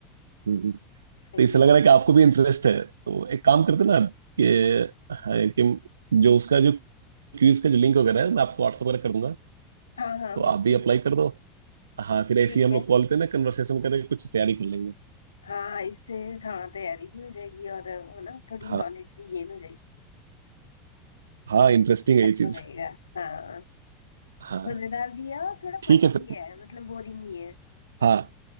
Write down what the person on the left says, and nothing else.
सही
है
हाँ हाँ
बिल्कुल
ठीक
है
हाँ इससे हाँ तैयारी भी हो जाएगी और है ना थोड़ी
नॉलेज भी गेन हो जाएगी
हम्म
अच्छा
रहेगा हाँ
मजेदार भी है और थोड़ा
फनी
भी
है मतलब बोरिंग नहीं है